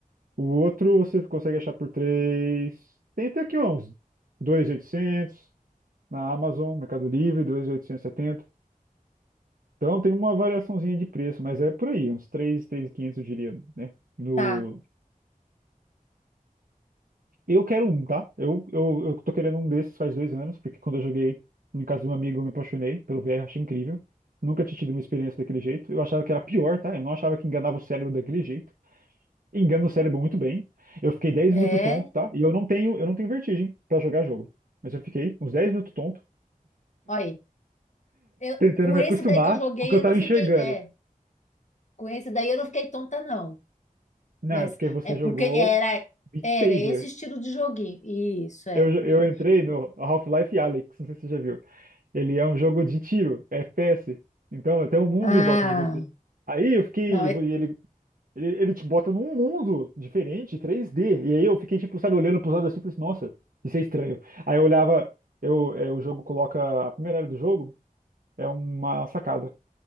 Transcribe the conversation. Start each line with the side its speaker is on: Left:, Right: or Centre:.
Right: O outro você consegue achar por 3, tem até aqui uns 2.800 na Amazon, Mercado Livre, 2.870. Então tem uma variaçãozinha de preço, mas é por aí, uns 3, 3.500 eu diria, né? No...
Left: tá.
Right: Eu quero um, tá? Eu, eu, eu tô querendo um desses faz dois anos, porque quando eu joguei em casa de um amigo eu me apaixonei pelo VR, achei incrível. Nunca tinha tido uma experiência daquele jeito. Eu achava que era pior, tá? Eu não achava que enganava o cérebro daquele jeito. Engana o cérebro muito bem. Eu fiquei dez
Left: É,
Right: minutos tonto, tá? E eu não tenho, eu não tenho vertigem pra jogar jogo. Mas eu fiquei uns 10 minutos tonto,
Left: olha, eu,
Right: tentando
Left: com
Right: me
Left: esse
Right: acostumar
Left: daí que eu joguei,
Right: com o que eu
Left: eu
Right: tava
Left: não fiquei.
Right: enxergando.
Left: É, com esse daí eu não fiquei tonta, não.
Right: Não,
Left: Mas
Right: é porque você
Left: é porque
Right: jogou
Left: era,
Right: Beat
Left: era
Right: Saber.
Left: esse estilo de joguinho. Isso, é,
Right: Eu, eu
Left: é.
Right: entrei no Half-Life Alyx, não sei se você já viu. Ele é um jogo de tiro, FPS. Então tem um mundo
Left: Ah,
Right: em volta de você. Aí eu fiquei.
Left: não, é,
Right: e Ele, ele, ele te bota num mundo diferente, 3D. E aí eu fiquei, tipo, sabe, olhando pros lados assim e falei assim, nossa, isso é estranho. Aí eu olhava, eu, é, o jogo coloca. A primeira área do jogo é uma sacada.